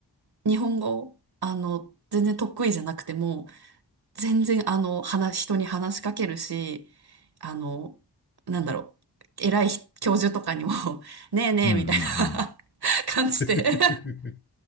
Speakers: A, on the right (about 70°); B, on the left (about 30°).
A: 日本語、あの、全然得意じゃなくても、全然あの、話、人に話しかけるし、あの、なんだろう、偉い教授とかにも、<laughs> ねえねえみたいな
B: うんうん
A: <laughs> 感じで
B: うん <laughs>